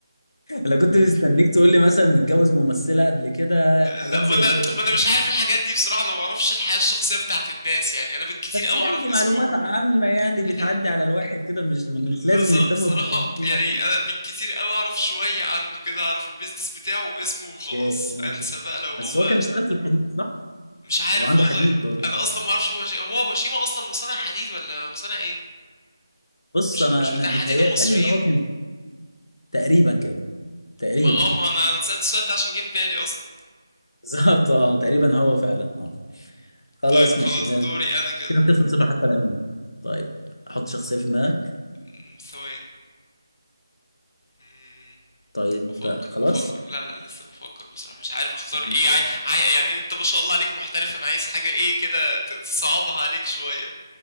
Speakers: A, on the left; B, on the left.
A: انا كنت مستنيك تقول لي مثلا متجوز ممثلة قبل كده حاجات
B: لا
A: زي
B: ما انا
A: كده
B: ما انا مش عارف الحاجات دي بصراحة انا ما بعرفش الحياة الشخصية بتاعت الناس يعني انا بالكتير
A: بس
B: قوي
A: يعني
B: اعرف
A: دي
B: اسمهم
A: معلومات عامة يعني بتعدي
B: مهم.
A: على الواحد كده مش مش
B: لا
A: لازم
B: صرا-
A: نهتم
B: صراحة
A: بأبو هشيم
B: يعني
A: عشان
B: انا بالكتير قوي اعرف شوية عنه كده اعرف البيزنس بتاعه واسمه وخلاص
A: أوكي، ماشي
B: انسى بقى لو هو
A: بس هو كان اشتغل في الحديد صح؟
B: مش عارف
A: هو عنده
B: والله
A: حديد برضه
B: انا اصلا ما اعرفش بوشي... هو بوشيما اصلا مصنع حديد ولا مصنع ايه
A: بص
B: مش
A: انا
B: مش
A: انا
B: بتاع
A: بيتهيألي
B: حديد المصريين
A: ان هو كان تقريبا كده تقريبا
B: ما اه ما
A: <laughs>
B: انا أنا سألت السؤال ده عشان جه في بالي اصلا
A: بالظبط اه تقريبا هو فعلا اه خلاص
B: طيب خلاص
A: ماشي آه،
B: دوري انا كده
A: كده صفر صفر حتى الآن طيب حط شخصية في دماغك
B: أمم، ثواني أمم،
A: طيب
B: بفكر
A: آه، خلاص
B: بفكر لا لا لسه بفكر بصراحة مش عارف اختار
A: <laughs>
B: ايه عاي... عاي... يعني انت ما شاء الله عليك محترف انا عايز حاجة ايه كده ت- تصعبها عليك شوية